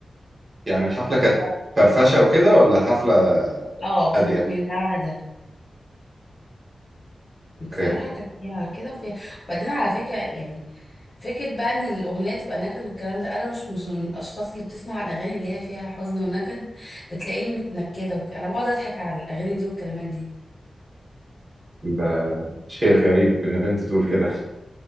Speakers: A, on the right; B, on the left.
A: يعني الحفلة كانت
B: <laughs>
A: فرفشة وكده ولا حفلة
B: اه كانت
A: هادية؟
B: من ده على ده
A: اوكي
B: بصراحه كان فيها كده وفيها وبعدين على فكره يعني فكره بقى ان الاغنيه تبقى نكد والكلام ده انا مش مش من الاشخاص اللي بتسمع الاغاني اللي هي فيها حزن ونكد بتلاقيني متنكده وك... انا بقعد اضحك على الاغاني دي والكلمات دي
A: ده شيء غريب ان بنت تقول كده